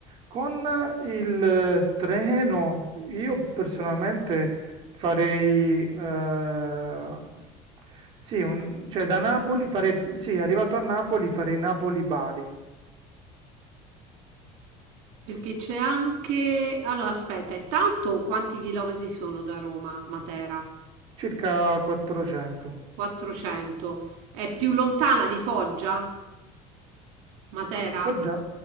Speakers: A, on the right; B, on the right.
A: Con il eh, treno, io personalmente farei, eh, sì, un- cioè da Napoli farei, sì, arrivato a Napoli farei Napoli-Bari,
B: Perché c'è anche... Allora, aspetta, intanto quanti chilometri sono da Roma, Matera?
A: circa 400,
B: 400. È
A: circa.
B: più lontana di Foggia, Matera?
A: Foggia?